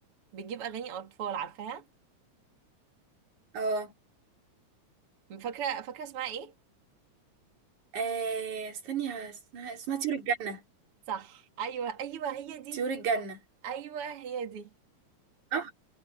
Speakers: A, on the right; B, on the right.
A: بتجيب أغاني أطفال عارفاها
B: اه
A: فاكرة فاكرة اسمها ايه
B: آه، استني اسمها اسمها طيور الجنة
A: صح أيوة أيوة هي دي
B: طيور الجنة
A: أيوة هي دي
B: صح